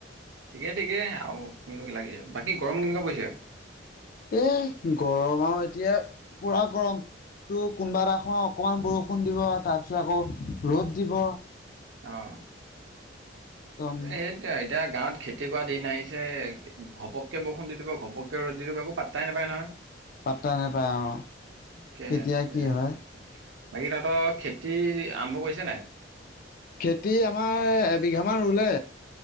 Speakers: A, on the right; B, on the left.
A: ঠিকে ঠিকে আৰু কিবা কিবি লাগি আছে, বাকী গৰম কেনেকুৱা পৰিছে?
B: এ গৰম আৰু এতিয়া পুৰা গৰম। টো কোনোবা এটা খ অকনমান বৰষুণ দিব তাৰ পিছত আকৌ ৰ'দ দিব।
A: অ'।
B: একদম
A: সেই এয়া এতিয়া গাঁৱত খেতি কৰা দিন আহিছে। ঘপকে বৰুণ দি দিব, ঘপকে ৰ'দ দি দিব একৌ পাত তাই নে পাই নহয়।
B: পাত্তা নাপায় অ'
A: তাকেহে
B: কেতিয়া
A: তাকেহে
B: কি হয়?
A: বাকী তহঁতৰ খেতি আৰম্ভ কৰিছেনে নাই?
B: খেতি আমাৰ এবিঘামান ৰুলে।